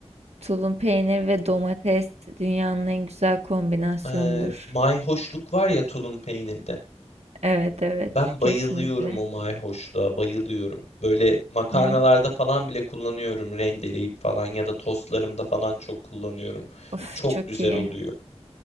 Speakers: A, on the right; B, on the left.
A: tulum peynir ve domates dünyanın en güzel kombinasyonudur.
B: Eee, mayhoşluk var ya tulum peynirde.
A: Evet evet
B: Ben bayılıyorum
A: kesinlikle.
B: o mayhoşluğa, bayılıyorum. Böyle makarnalarda
A: Evet.
B: falan bile kullanıyorum, rendeleyip falan ya da tostlarımda falan çok kullanıyorum.
A: Of
B: Çok
A: çok
B: güzel
A: iyi.
B: oluyor.